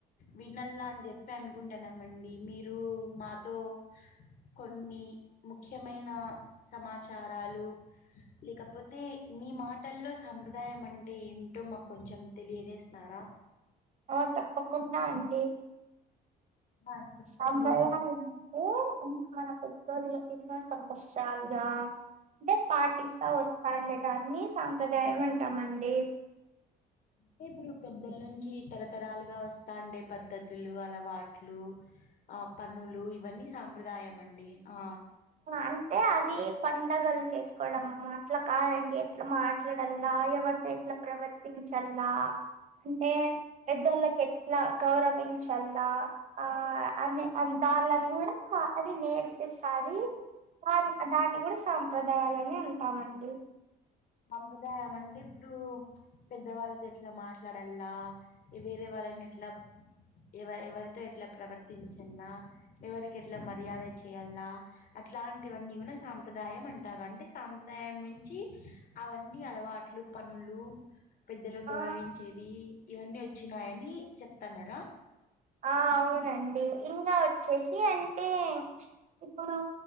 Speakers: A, on the left (about 55°); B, on the right (about 45°).
A: వినల్ల అని చెప్పి అనుకుంటాన్నామండి మీరు మాతో కొన్ని ముఖ్యమైన సమాచారాలు లేకపోతే మీ మాటల్లో సాంప్రదాయం అంటే ఏమిటో మాకొంచెం తెలియజేస్తారా
B: ఆ తప్పకుండా అండి
A: ఆ చెప్పండి
B: అబ్బయ ఎందంటే అనే మనకుం కర్యా ఇన్న సంవస్తారాలుగా అంటే పటిస్తా వస్ పండే దాన్ని సాంప్రదాయం అంటామ అండి
A: అంటే ఇప్పుడు పెద్దల నుంచి తరతరాలుగా వస్తాండే పద్ధతులు అలవాట్లు ఆ పనులు ఇవన్నీ సాంప్రదాయం అండి ఆ
B: అంటే అది పండగలను చేసుకోవడంమ్ అట్లా కాదండి ఎట్లా మాట్లాడల్లా ఎవరితో ఎట్లా ప్రవర్తించల్ నా అంటే పెద్దళ్లకి ఎట్లా గౌరవించల్లా ఆ అనే దాని కూడా అది నేర్పిస్త్ ఆది దాని దాన్ని కూడా సాంప్రదాయాలనే అంటామండి
A: సాంప్రదాయం అంటే ఇప్పుడు పెద్దవాళ్ళతో ఎట్లా మాట్లాడల్లా వేరే వాళ్ళని ఎట్లా ఎవ ఎవరితో ఎట్లా ప్రవర్తించల్లా ఎవరికి ఎట్లా మర్యాద చేయాల్లా అట్లాంటివన్నీ కూడా సాంప్రదాయం అంటారు అంటే సాంప్రదాయం నుంచి అవన్నీ అలవాట్లు పనులు పెద్దలు గౌరవించేది
B: ఆ
A: ఇవన్నీ వచ్ చ్చినాయని చెప్తాన్నారా
B: ఆ అవునండి ఇంకా వచ్చేసి అంటే ఇప్పుడు